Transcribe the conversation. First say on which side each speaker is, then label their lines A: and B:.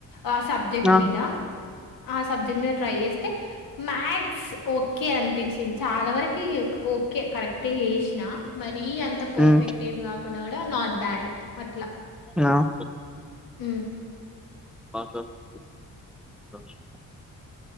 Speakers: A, on the left; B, in the centre.
A: ఆ సబ్జెక్ట్
B: ఆ
A: మీద ఆ సబ్జెక్ట్ మీద ట్రై చేస్తే మ్యాక్స్ ఓకే అనిపించింది చాలా వరకు ఈక్ ఓకే కరెక్ట్ ఏ చేసిన మరి అంత పర్ఫెక్ట్
B: ఉమ్
A: ఏం కాకు కున్నా కూడా నాట్ బ్యాడ్ అట్లా
B: నాకు
A: ఊ
B: అ రోజు <unintelligible>